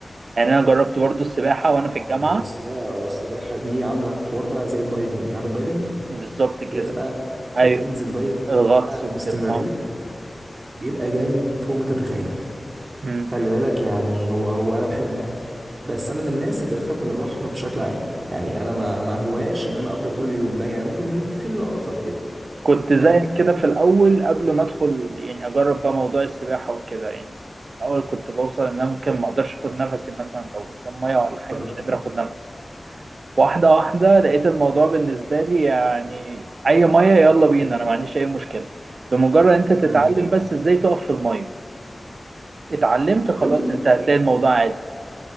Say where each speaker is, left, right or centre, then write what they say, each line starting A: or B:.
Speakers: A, on the right; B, on the right.
A: يعني انا جربت برضه السباحه وانا
B: اه
A: في الجامعه
B: بص بقى السباحة دي عاملة حوار بقى زي الدايفنج عارف الدايفنج
A: بالظبط كده
B: اللي هي بتبقى بتنزل
A: ايوه
B: دايف
A: الغطس
B: بقى
A: وكده
B: باستمرارية
A: اه
B: بيبقى جامد فوق ما تتخيل
A: مم.
B: خلي بالك يعني هو هو انا بحبه بس انا من الناس اللي بتخاف من البحر بشكل عام يعني انا ما ما هوهاش ان انا افضل كل يوم لا يعني ممكن من حين لاخر كده
A: كنت
B: انت
A: زيك
B: فاهم
A: كده في الأول قبل ما أدخل يعني أجرب بقى موضوع السباحة وكده يعني كنت في الأول كنت بوصل إن أنا ممكن ما أقدرش أخد نفسي مثلا لو قدام مية ولا حاجة
B: بدل-
A: مش قادر أخد نفسي واحدة واحدة لقيت الموضوع بالنسبة لي يعني أي مية يلا بينا أنا ما عنديش أي مشكلة لمجرد أنت تتعلم
B: مم.
A: بس إزاي تقف في المية اتعلمت خلاص
B: طب انت ليه
A: أنت هتلاقي الموضوع عادي